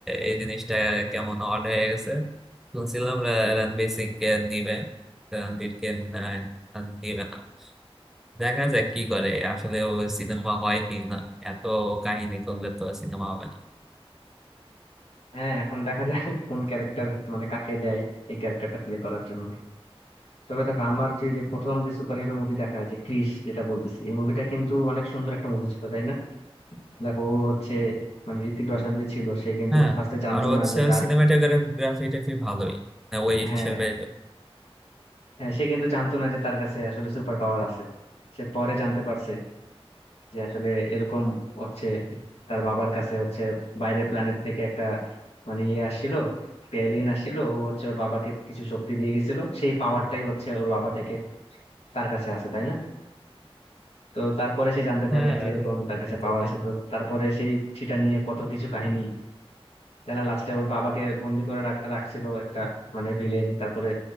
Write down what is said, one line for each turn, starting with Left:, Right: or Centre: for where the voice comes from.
Centre: এই জিনিসটা কেমন অড হয়ে গেছে শুনছিলাম রা- রণবীর সিং কে নিবে তো রণবীর কে মনে হয় আর নিবে না দেখা যাক কি করে আসলে ও সিনেমা হয় কি না এত কাহিনী করলে তো সিনেমা হবে না
Left: হ্যাঁ এখন দেখা যায় কোন ক্যারেক্টার মানে কাকে দেয় এই ক্যারেক্টারটা প্লে করার জন্য তবে দেখো আমার যে যে প্রথম যে সুপার হিরো মুভি দেখা হয় যে ক্রিস যেটা বলতেছি এই মুভিটা কিন্তু অনেক সুন্দর একটা মুভি ছিল তাই না দেখো ও হচ্ছে মানে ঋতিক রোশন যে ছিল সে কিন্তু
Centre: হ্যাঁ
Left: ফার্স্টে জানতো
Centre: আর হচ্ছে
Left: না যে তার
Centre: সিনেমাটোগ্রাফি টাফি ভালোই না ওই
Left: হ্যাঁ
Centre: হিসেবে
Left: হ্যাঁ সে কিন্তু জানতো না যে তার কাছে আসলে সুপার পাওয়ার আছে সে পরে জানতে পারছে যে আসলে এরকম হচ্ছে তার বাবার কাছে হচ্ছে বাইরের প্ল্যানেট থেকে একটা মানে ইয়ে আসছিল এলিয়েন আসছিল ও হচ্ছে ওর বাবাকে কিছু শক্তি দিয়ে গেছিল সেই পাওয়ারটাই হচ্ছে ওর বাবা থেকে তার কাছে আসে তাই না তো তারপরে সে জানতে
Centre: হ্যাঁ
Left: পারে যে এরকম
Centre: ওই রকমই
Left: তার কাছে পাওয়ার
Centre: তো কাহিনী।
Left: আছে তো তারপরে সেই সেটা নিয়ে কত কিছু কাহিনী তাই না লাস্টে ওর বাবাকে বন্দি করে রাখ- রাখছিল একটা মানে ভিলেন তারপরে